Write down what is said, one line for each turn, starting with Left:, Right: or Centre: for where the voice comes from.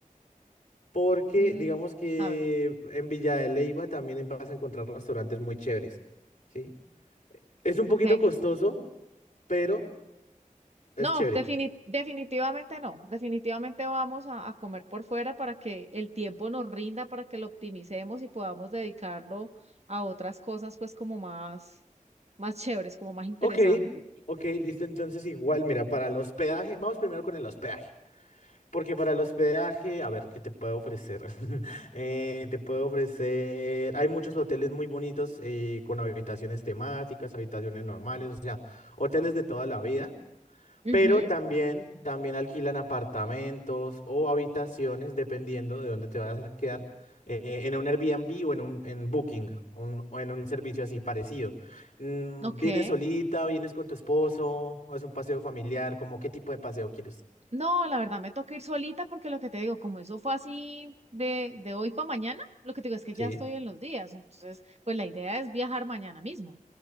Left: Porque
Right: Mm,
Left: digamos que
Right: a ver.
Left: en Villa de Leyva también vas a encontrar restaurantes muy chéveres, ¿sí? Es un
Right: Ok.
Left: poquito costoso, pero es
Right: No,
Left: chévere.
Right: defini- definitivamente no. Definitivamente vamos a, a comer por fuera para que el tiempo nos rinda, para que lo optimicemos y podamos dedicarlo a otras cosas, pues como más, más chéveres, como más interesantes.
Left: Ok, ok, listo. Entonces, igual, mira, para el hospedaje, vamos primero con el hospedaje. Porque para el hospedaje, a ver, ¿qué te puedo ofrecer? <laughs> Eh, te puedo ofrecer. Hay muchos hoteles muy bonitos eh, con habitaciones temáticas, habitaciones normales, o sea, hoteles de toda la vida.
Right: Ujú,
Left: Pero también, también alquilan apartamentos o habitaciones, dependiendo de dónde te vayas a quedar, eh, en un Airbnb o en un en Booking, un- o en un servicio así parecido. Mm,
Right: ok.
Left: ¿vienes solita, vienes con tu esposo, o es un paseo familiar? ¿Cómo qué tipo de paseo quieres?
Right: No, la verdad me toca ir solita porque lo que te digo, como eso fue así de, de hoy para mañana, lo que te digo es que ya
Left: Sí.
Right: estoy en los días. Entonces, pues la idea es viajar mañana mismo.